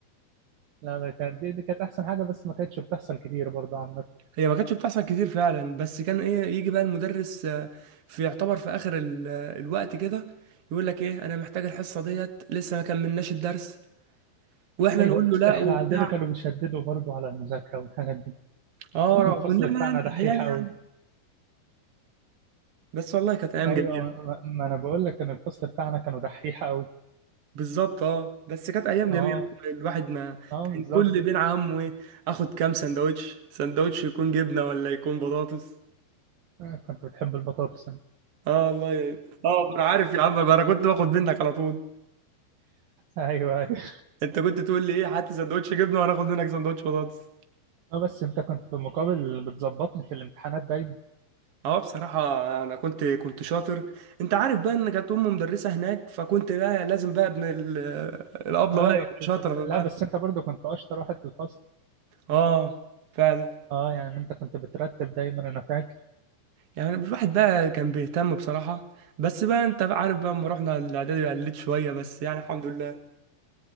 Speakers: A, on the right; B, on the right.
A: لا ده كانت دي, دي كانت احسن حاجه بس ما كانتش بتحصل كتير برضه عامه
B: هي ما كانتش بتحصل كتير فعلا بس كان ايه يجي بقى المدرس آه، في يعتبر في اخر ال- آه، الوقت كده يقول لك ايه انا محتاج الحصه ديت لسه ما كملناش الدرس واحنا
A: ايوه
B: نقول له لا
A: احنا
B: وبتاع
A: عندنا كانوا بيشددوا برضه على المذاكره والحاجات دي
B: اه
A: كان
B: رغم
A: الفصل
B: ان احنا
A: بتاعنا
B: يعني
A: دحيح
B: عيال
A: قوي
B: يعني بس والله كانت ايام
A: ايوه
B: جميله
A: ما ما انا بقول لك كان الفصل بتاعنا كانوا دحيح قوي
B: بالظبط اه بس كانت ايام
A: اه
B: جميله الواحد ما
A: اه
B: كان
A: بالظبط
B: كل بين همه ايه اخد كام سندوتش سندوتش يكون جبنه ولا يكون بطاطس
A: آه، كنت بتحب البطاطس انت.
B: اه والله يا- اه انا عارف يا عم انا كنت باخد منك على طول
A: ايوه ايوه
B: انت كنت تقول لي ايه هات لي سندوتش جبنه وانا اخد منك سندوتش بطاطس
A: اه بس انت كنت في المقابل بتظبطني في الامتحانات دايما
B: اه بصراحة أنا كنت كنت شاطر أنت عارف بقى إن كانت أمي مدرسة هناك فكنت بقى لازم بقى ابن ال- الأبلة
A: ايوه
B: بقى يبقى
A: كنت...
B: شاطر
A: لا
B: بقى
A: بس انت برضه كنت اشطر واحد في الفصل
B: اه فعلا
A: اه يعني انت كنت بترتب دايما انا فاكر
B: يعني الواحد بقى كان بيهتم بصراحة بس بقى أنت بقى عارف بقى لما رحنا الإعدادي قلت شوية بس يعني الحمد لله